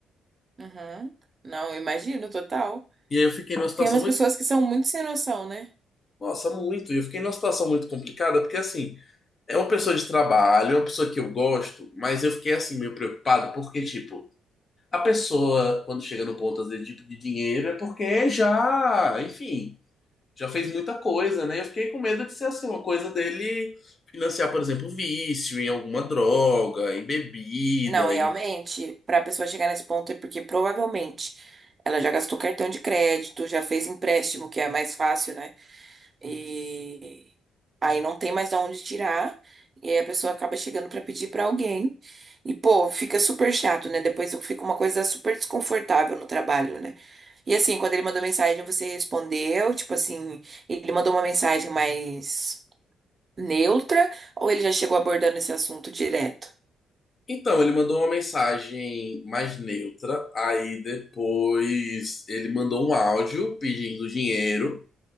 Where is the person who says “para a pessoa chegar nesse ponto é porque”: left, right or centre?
Right